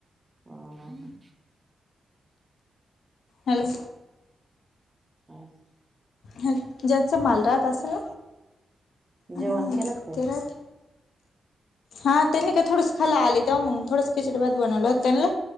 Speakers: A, on the right (about 15°); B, on the left (about 85°).
A: हह
B: हॅलो
A: ब
B: ह ज्याच मालरहात असेल हं,
A: जेव आणखी लगते
B: ते राहत हा त्यांनी काय थोडस खाला आली तेव्हा मग थोडस खिचडी भात बनवलं त्यांना